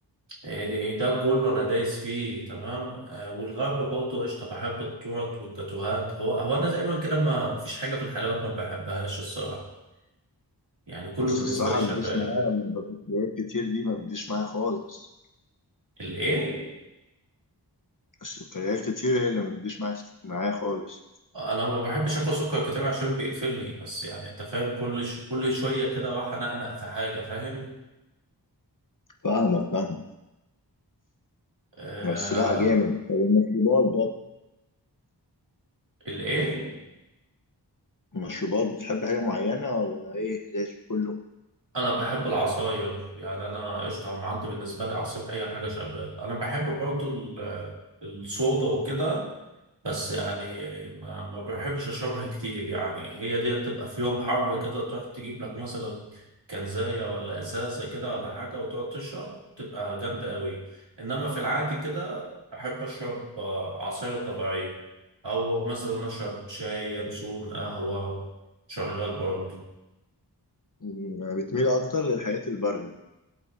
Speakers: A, on the right; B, on the left.
A: يعني إيه ده كله انا دايس فيه تمام آه والغرب برضه قشطه بحب التورت والجاتوهات هو هو انا تقريبا كده ما فيش حاجه في الحلويات ما بحبهاش الصراحه يعني كله
B: بس
A: بالنسبه
B: الصراحة
A: لي شغال
B: ما بتجيش معايا لما بسكريات كتير دي ما بتجيش معايا خالص
A: الايه
B: السكريات كتير هي اللي ما بتجيش معايا معايا خالص
A: انا ما بحبش اكل سكر كتير عشان بيقفلني بس يعني انت فاهم كل ش... كل شويه كده راح انقنق في حاجه فاهم
B: فاهمك فاهم
A: آه
B: هو السلع جامد طب المشروبات بقى
A: الايه
B: المشروبات بتحب حاجة معينة ولا ايه ليش كله
A: انا بحب العصاير يعني انا قشطه أنا عندي بالنسبه لي عصير اي حاجه شغال انا بحب برضه ال- الصودا وكده بس يعني ما, ما بحبش اشربها كتير يعني هي دي تبقى في يوم حر كده تروح تجيب لك مثلا كنزايه ولا ازازه كده ولا حاجه وتقعد تشرب تبقى جامده قوي انما في العادي كده بحب اشرب آه، عصاير طبيعيه او مثلا اشرب شاي ينسون قهوه شغال برضه
B: مم، بتميل اكتر للحاجات الباردة